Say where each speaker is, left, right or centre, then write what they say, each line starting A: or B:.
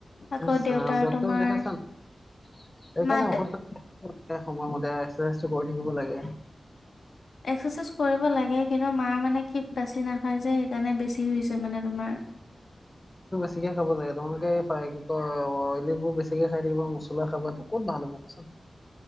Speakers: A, on the left (about 75°); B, on the left (about 20°).
A: আকৌ
B: ইছ
A: দেউতাৰ
B: ৰাম ডক্টৰক
A: তোমাৰ
B: দেখাইছা নে সেইকাৰণে
A: মা
B: ঔষধ সময়মতে এক্সাৰচাইজটো কৰি থাকিব লাগে।
A: এক্সাৰচাইজ কৰিব লাগে কিন্তু মাৰ মানে কি বাচি নাখায় যে জেনে বেছি হৈছে মানে তোমাৰ।
B: বেছিকৈ খাব লাগে তোমালোকে এই কি কয় অইলিবোৰ বেছিকৈ খাই থাকিবা মছলা খাবাত ক'ত ভাল হ'ব কচোন।